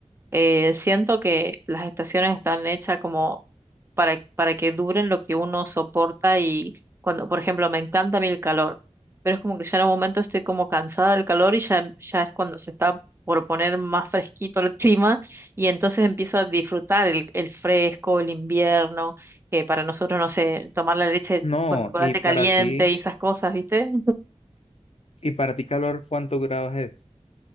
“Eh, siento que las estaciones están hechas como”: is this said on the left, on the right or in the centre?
Right